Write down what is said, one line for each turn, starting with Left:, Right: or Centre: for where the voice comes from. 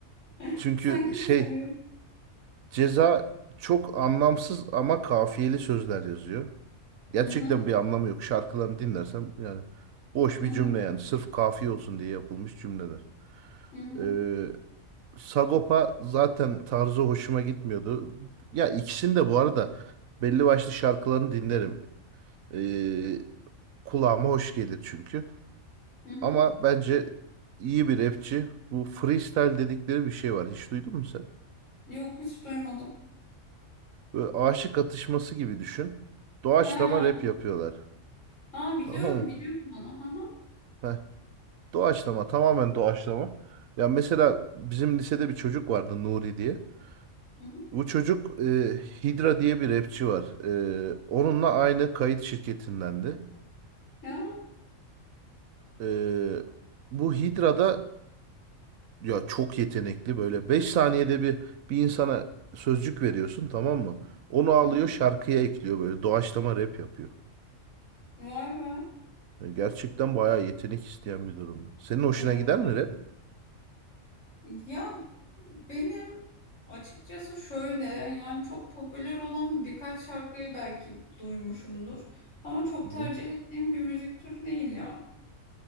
Left: <laughs>
Right: Çünkü
Left: Sen kimi
Right: şey
Left: seviyorsun?
Right: ceza çok anlamsız ama kafiyeli sözler yazıyor. Gerçekten
Left: Hı hı.
Right: bir anlamı yok. Şarkılarını dinlersem yani boş
Left: Hı
Right: bir
Left: hı,
Right: cümle yani. Sırf kafiye olsun diye yapılmış cümleler.
Left: hı hı,
Right: Ee, Sagopa zaten tarzı hoşuma gitmiyordu. Ya ikisini de bu arada belli başlı şarkılarını dinlerim. Ee, kulağıma hoş gelir çünkü.
Left: hı hı.
Right: Ama bence iyi bir rapçi. Bu freestyle dedikleri bir şey var. Hiç duydun mu sen?
Left: Yok hiç duymadım.
Right: Böyle aşık atışması gibi düşün. Doğaçlama
Left: Ha,
Right: rap yapıyorlar.
Left: ha
Right: <laughs>
Left: biliyorum
Right: Tamam mı?
Left: biliyorum onu. Hı hı,
Right: Heh. Doğaçlama tamamen doğaçlama. Ya mesela bizim lisede bir çocuk vardı Nuri diye.
Left: hı hı.
Right: Bu çocuk e, Hydra diye bir rapçi var. E, onunla aynı kayıt şirketindendi.
Left: Ya,
Right: E, bu Hydra'da Ya çok yetenekli böyle 5 saniyede bir bir insana sözcük veriyorsun tamam mı? Onu alıyor
Left: hı hı.
Right: şarkıya ekliyor böyle doğaçlama rap yapıyor.
Left: Vay be.
Right: Yani gerçekten bayağı yetenek isteyen bir durum. Senin hoşuna
Left: Evet.
Right: gider
Left: evet.
Right: mi rap?
Left: Ya benim açıkçası şöyle yani çok popüler olan birkaç şarkıyı belki duymuşumdur. Ama çok
Right: Hı hı.
Left: tercih ettiğim bir müzik türü değil ya.